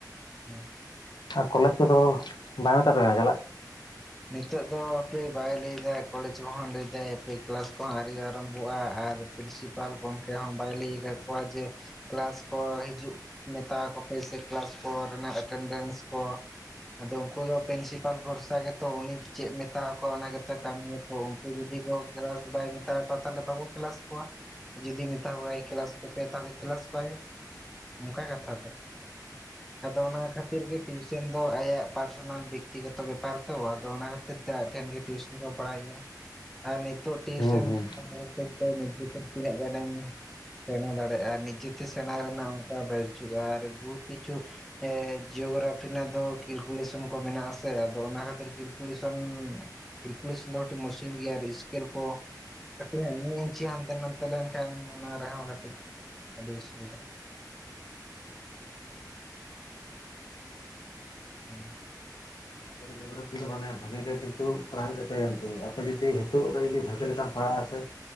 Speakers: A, in the centre; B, on the left.
A: ᱦᱩᱸ
B: ᱟᱨ ᱠᱚᱞᱮᱡᱽ ᱠᱚᱫᱚ ᱵᱟᱭ ᱢᱮᱛᱟ ᱯᱮᱭᱟ ᱪᱟᱞᱟᱜ?
A: ᱱᱤᱛᱚᱜ ᱫᱚ ᱦᱟᱯᱮ ᱵᱟᱭ ᱞᱟᱹᱭᱫᱟ ᱠᱚᱞᱮᱡᱽ ᱠᱚᱦᱚᱸ ᱞᱟᱹᱭᱫᱟᱭ ᱦᱟᱯᱮ ᱠᱮᱞᱟᱥ ᱠᱚᱦᱚᱸ ᱟᱨᱣᱨᱤ ᱟᱨᱟᱢᱵᱷᱚᱜᱼᱟ ᱟᱨ ᱯᱨᱤᱱᱥᱤᱯᱟᱞ ᱜᱚᱝᱠᱮ ᱦᱚᱸ ᱵᱟᱭ ᱞᱟᱹᱭ ᱠᱟᱫ ᱠᱚᱣᱟ ᱡᱮ ᱠᱮᱞᱟᱥ ᱠᱚ ᱦᱤᱡᱩᱜ ᱢᱮᱛᱟ ᱠᱚᱯᱮ ᱥᱮ ᱠᱮᱞᱟᱥ ᱠᱚᱨᱮᱱᱟᱜ ᱮᱴᱮᱱᱰᱮᱱᱥ ᱠᱚ ᱟᱫᱚ ᱩᱱᱠᱩ ᱫᱚ ᱯᱨᱤᱱᱥᱤᱯᱟᱞ ᱵᱷᱚᱨᱥᱟ ᱜᱮ ᱛᱚ ᱩᱱᱤ ᱪᱮᱫ ᱢᱮᱛᱟᱣᱟ ᱠᱚᱣᱟ ᱚᱱᱟ ᱜᱮᱛᱚ ᱠᱟᱹᱢᱤᱭᱟᱠᱚ ᱩᱱᱠᱩ ᱡᱩᱫᱤ ᱠᱚ ᱠᱞᱟᱥ ᱵᱟᱭ ᱢᱮᱛᱟᱣᱟ ᱠᱚᱣᱟ ᱛᱟᱦᱚᱞᱮ ᱵᱟᱹᱠᱩ ᱠᱞᱟᱥ ᱠᱚᱣᱟ ᱡᱩᱫᱤ ᱢᱮᱛᱟ ᱠᱚᱣᱟᱭ ᱠᱞᱟᱥ ᱠᱚᱯᱮ ᱛᱟᱦᱚᱞᱮ ᱠᱞᱟᱥ ᱠᱚᱣᱟᱭ ᱚᱝᱠᱟ ᱠᱟᱛᱷᱟ ᱟᱫᱚ ᱚᱱᱟ ᱠᱷᱟᱹᱛᱤᱨ ᱜᱮ ᱴᱤᱭᱩᱥᱚᱱ ᱫᱚ ᱟᱭᱟᱜ ᱯᱟᱨᱥᱚᱱᱟᱞ ᱵᱮᱠᱛᱤᱜᱚᱛᱚ ᱵᱮᱯᱟᱨ ᱛᱚ ᱟᱫᱚ ᱚᱱᱟ ᱠᱷᱟᱹᱛᱤᱨ ᱛᱮ ᱟᱡ ᱴᱷᱮᱱ ᱜᱮ ᱴᱤᱭᱩᱥᱚᱱ ᱠᱚ ᱯᱟᱲᱦᱟᱣ ᱦᱩᱭᱩᱜᱼᱟ᱾ ᱟᱨ ᱱᱤᱛᱚᱜ ᱴᱤᱭᱩᱥᱚᱱ
B: ᱦᱩᱸ ᱦᱩᱸ
A: <unintelligible> ᱱᱤᱡᱮ ᱛᱤᱱᱟᱹᱜ ᱜᱟᱱ ᱮᱢ ᱥᱮᱬᱟ ᱫᱟᱲᱮᱟ ᱱᱤᱡᱮᱛᱮ ᱥᱮᱬᱟ ᱨᱮᱱᱟᱜ ᱚᱝᱠᱟ ᱵᱟᱡᱩᱜᱼᱟ ᱟᱨ ᱵᱩᱦᱩᱛ ᱠᱤᱪᱷᱩ ᱡᱤᱭᱳᱜᱨᱟᱯᱷᱤ ᱨᱮᱱᱟᱜ ᱫᱚ ᱠᱤᱞᱠᱩᱞᱮᱥᱚᱱ ᱠᱚ ᱢᱮᱱᱟᱜᱼᱟ ᱟᱥᱮ ᱟᱫᱚ ᱚᱱᱟ ᱠᱷᱟᱹᱛᱤᱨ ᱠᱤᱞᱠᱩᱞᱮᱥᱚᱱ ᱠᱤᱞᱠᱩᱞᱮᱥᱚᱱ ᱫᱚ ᱠᱟᱹᱴᱤᱡ ᱢᱩᱥᱠᱤᱞ ᱜᱮᱭᱟ ᱟᱨ ᱤᱥᱠᱮᱞ ᱠᱚ ᱠᱟᱹᱴᱤᱡ ᱦᱟᱸᱜ ᱢᱤᱜ ᱤᱧᱪᱤ ᱦᱟᱱᱛᱮ ᱱᱟᱛᱮ ᱞᱮᱱᱠᱷᱟᱱ ᱚᱱᱟ ᱨᱮᱦᱚᱸ ᱠᱟᱹᱴᱤᱡ ᱟᱹᱰᱤ ᱚᱥᱩᱵᱤᱫᱟᱜ <unintelligible>
B: ᱛᱟᱯᱚᱨ ᱡᱮᱠᱳᱱᱳ ᱯᱷᱤᱨ ᱢᱟᱱ ᱵᱷᱟᱜᱮ ᱜᱮ ᱠᱤᱱᱛᱩ <unintelligible> ᱟᱯᱮ ᱡᱩᱫᱤ ᱱᱤᱛᱚᱜ ᱨᱮ ᱡᱩᱫᱤ ᱵᱷᱟᱜᱮ ᱞᱮᱠᱟᱢ ᱯᱟᱲᱟᱜ ᱟᱥᱮ